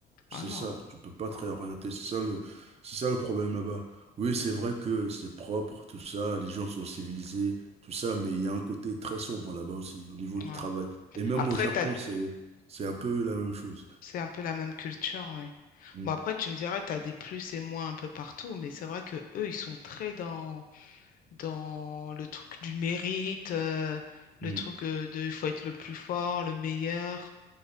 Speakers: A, on the left (about 55°); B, on the right (about 40°).
A: Ah
B: C'est
A: non.
B: ça, tu peux pas te réorienter. C'est ça le, c'est ça le problème là-bas. Oui, c'est vrai que c'est propre, tout ça, les gens sont civilisés, tout ça, mais il y a un côté très sombre là-bas aussi, au niveau
A: Ouais.
B: du travail. Et même
A: Après,
B: au Japon,
A: tu
B: c'est, c'est un peu la même chose.
A: C'est un peu la même culture, ouais.
B: Mm,
A: Bon, après, tu me diras, tu as des plus et moins un peu partout, mais c'est vrai que eux, ils sont très dans, dans le truc du mérite, euh,
B: mm,
A: le truc euh, de il faut être le plus fort, le meilleur,